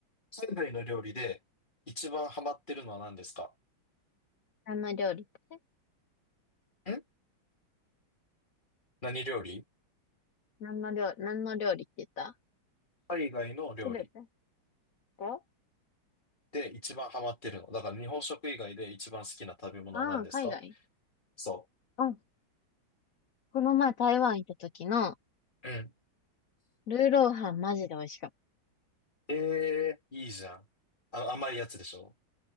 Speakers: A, on the left (about 25°); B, on the left (about 65°).
A: 海外の料理で一番ハマってるのは何ですか
B: 何の料理って
A: ん何料理
B: 何の料理、何の料理って言った
A: 海外の料理
B: すべて。こ
A: で一番ハマってるの。だから日本食以外で一番好きな食べ物は何ですか
B: ああー、海外。
A: そ
B: うん。この前台湾行った時の、
A: う。うん。
B: ルーローハンマジで美味しかっ
A: ええいいじゃん。あ、甘いやつでしょ